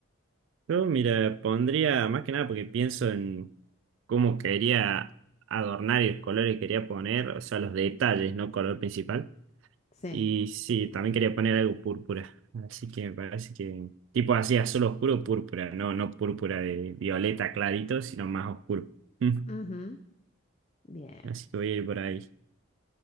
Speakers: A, on the right; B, on the left.
A: Yo, mira, pondría más que nada porque pienso en cómo quería adornar y los colores que quería poner, o sea, los detalles, no color principal.
B: Sí.
A: Y sí, también quería poner algo púrpura. Así que me parece que, tipo así, azul oscuro, púrpura, no, no púrpura de violeta clarito, sino más oscuro. <laughs> Mm.
B: Ujú, Bien.
A: Así que voy a ir por ahí.